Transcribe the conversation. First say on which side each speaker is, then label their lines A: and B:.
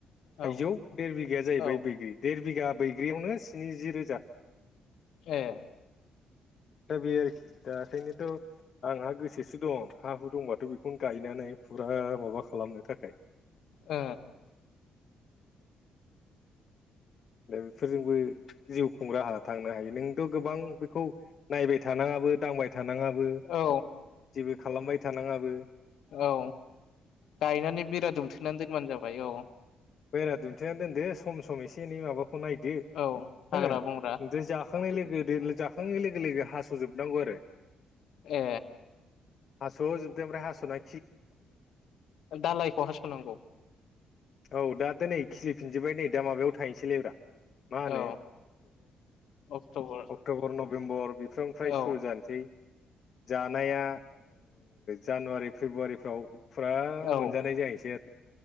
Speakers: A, on the left; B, on the left.
A: थाइजौ
B: औ
A: देर बिघाया जाहैबाय
B: औ
A: बैग्रि देर बिघा बैग्रियावनो स्निजि रोजा
B: ए
A: दा बेयो आरोखि दा ओंखायनोथ' आंहा गोसोसो दं हा हु दंबाथ' बेखौनो गायनानै फुरा माबा खालामनो थाखाय
B: ओ
A: बेफोरजोंबो जिउ खुं राहा थांनो हायो नोंथ' गोबां बेखौ नायबाय थानाङाबो दांबाय थानाङाबो
B: औ
A: जेबो खालामबाय थानाङाबो
B: औ गायनानै बेरा दुमथेनानै दोनबानो जाबाय औ
A: बायरा दुमथेना दोनदो सम एसे एनै माबा खौ नायदो
B: औ हाग्रा
A: ओ ओमथाय
B: बंग्रा
A: जाखांनाय लोगो जाखांनाय लोगो लोगो हास'जोबनांगौ आरो
B: ए
A: हास' जोबदों ओफ्राय हास' नाय
B: दालायखौ हास'नांगौ
A: औ दाथ' नै खिलिफिनजोब्बाय नै दा माबायाव थायनोसैलैब्रा मा होनो
B: औ अक्ट'बर
A: अक्टबर नभेम्बर सुफ्रनि फ्राय
B: औ
A: सुरु जानोसै जानाया जानुवारि फेब्रुवारिफ्राव फुरा
B: औ
A: मोनजानाय जाहैसै आरो